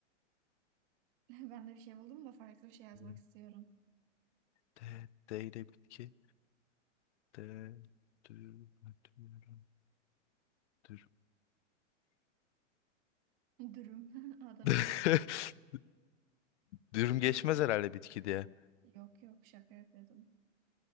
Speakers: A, on the right; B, on the left.
A: <laughs> Ben de bir şey buldum da farklı bir şey yazmak
B: Hmm.
A: istiyorum.
B: D. D ile bitki. D. Dür. Dür. Dür.
A: <laughs> Dürüm. <laughs> Adana'dır.
B: Dür. <laughs> Dürüm
A: Ee,
B: geçmez herhalde bitki diye.
A: yok yok şaka yapıyordum.